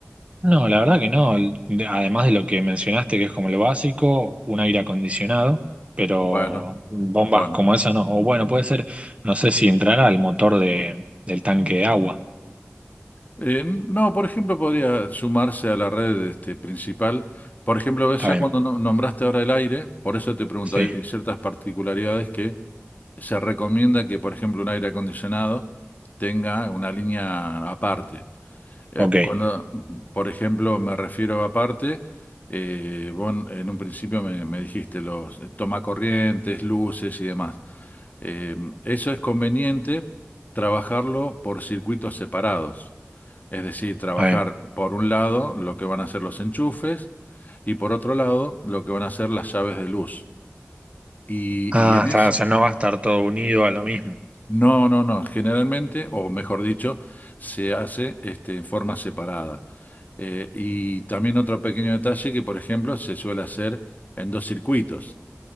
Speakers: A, on the right (about 25°); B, on the left (about 40°).
A: No, la verdad que no. De- Además de lo que mencionaste, que es como lo básico, un aire acondicionado, pero
B: Bueno,
A: bombas
B: bueno.
A: como esa no. O bueno, puede ser, no sé si entrará al motor de, del tanque de agua.
B: Eh, no, por ejemplo, podría sumarse a la red este, principal. Por ejemplo, ves
A: Está
B: ya
A: bien,
B: cuando no- nombraste ahora el aire, por eso te pregunto,
A: sí,
B: hay ciertas particularidades que se recomienda que, por ejemplo, un aire acondicionado tenga una línea aparte. Eh,
A: ok,
B: y
A: está
B: cuando, por ejemplo, me refiero a aparte, eh, vos en en un principio me, me dijiste los eh, tomacorrientes, luces y demás. Eh, eso es conveniente trabajarlo por circuitos separados. Es decir, trabajar
A: bien.
B: por un lado lo que van a ser los enchufes y por otro lado lo que van a ser las llaves de luz. Y,
A: Ah,
B: y en
A: está,
B: esa,
A: o sea, no va a estar todo unido a lo mismo.
B: no, no, no, generalmente, o mejor dicho, se hace este, en forma separada. Eh, y también otro pequeño detalle que, por ejemplo, se suele hacer en dos circuitos.